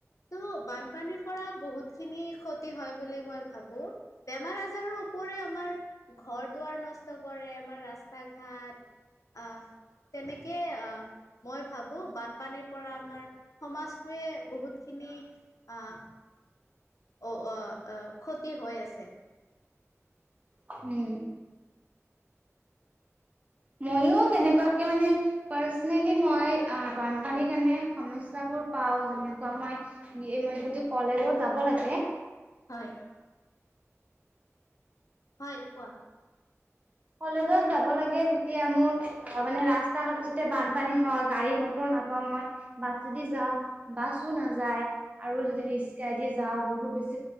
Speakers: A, on the left (about 85°); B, on the right (about 25°).
A: ত' বানপানীৰ পৰা বহুত খিনি ক্ষতি হয় বুলি মই বো। বেমাৰ আজাৰৰ ওপৰিও আমাৰ ঘৰ দুৱাৰ নষ্ট ষ্ট কৰে আমাৰ ৰাস্তা ঘাট, আহ তেনেকেই আহ মই ভাবো বানপানীৰ পৰা আমাৰ সমাজটোৱে বহুতখিনি আহ অ' ক্ষতি হৈ আছে।
B: উম। মইয়ো তেনেকুৱাকে মানে পাৰ্চনেলি মই আহ বানপানীৰ কাৰণে সমস্যাবোৰ পাওঁ। যেনেকুৱা মই <unintelligible> যদি কলেজত যাব লাগে
A: হয়। হয় কোৱা।
B: কলেজত যাব লাগে, তেতিয়া মোৰ মানে ৰাস্তা-ঘাট যেতিয়া বানপানী হয়, গাড়ী-মটৰ নাপাওঁ মই। বাছেদি যাওঁ, বাছো নাযায় আৰু যদি ৰিক্সাইদি যাওঁ বহুত বেছি